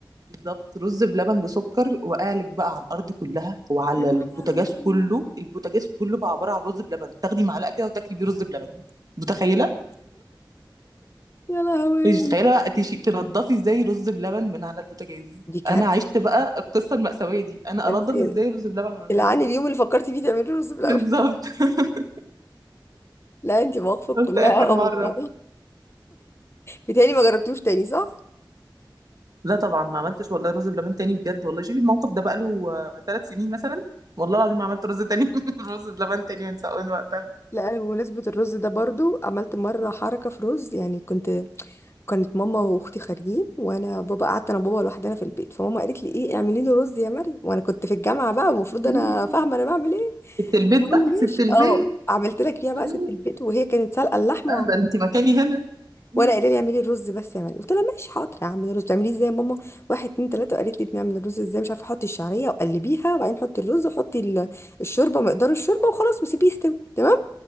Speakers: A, on the right (about 50°); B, on the left (about 35°).
A: بالظبط رز بلبن بسكر وقالك بقى على الارض كلها وعلى
B: يا لهوي
A: البوتاجاز كله البوتاجاز كله بقى عباره عن رز بلبن تاخدي معلقه كده وتاكلي بيه رز بلبن متخيله
B: يا لهوي
A: مش متخيله بقى تشي- تنضفي ازاي رز بلبن من على البوتاجاز
B: دي
A: انا
B: كارثه
A: عشت بقى القصه المأساويه دي انا
B: ده
A: انضف
B: انت
A: ازاي رز بلبن من على البوتاجاز
B: العاني اليوم اللي فكرتي فيه تعملي رز بلبن
A: بالظبط <laughs>
B: لا انت مواقفك
A: قلت
B: كلها
A: اخر
B: اه
A: مره
B: مع بعضها بيتهيألي ما جربتوش تاني صح؟
A: لا طبعا ما عملتش والله رز بلبن تاني بجد والله شوفي الموقف ده بقاله ثلاث سنين مثلا والله العظيم ما عملت رز تاني <laughs> رز بلبن تاني من ساعة- من وقتها
B: لا انا بمناسبة الرز ده برضو عملت مرة حركة في رز يعني كنت كانت ماما واختي خارجين وانا بابا قعدت انا وبابا لوحدنا في البيت فماما قالت لي ايه اعملي له رز يا مريم وانا كنت في الجامعة بقى المفروض
A: مم.
B: انا فاهمة انا بعمل ايه
A: ست البيت
B: المهم
A: بقى ست
B: ماشي
A: البيت
B: اه عملت لك فيها بقى
A: مم.
B: ست البيت وهي كانت سالقة اللحمة
A: آه
B: وعم-
A: ده انت مكاني هنا مم.
B: وانا قايله لي اعملي الرز بس يا مريم قلت لها ماشي حاضر هعمل الرز تعمليه ازاي يا ماما واحد اتنين تلاته وقالت لي بنعمل الرز ازاي مش عارفه احطي الشعريه وقلبيها وبعدين حطي الرز وحطي ال- الشوربه مقدار الشوربه وخلاص وسيبيه يستوي تمام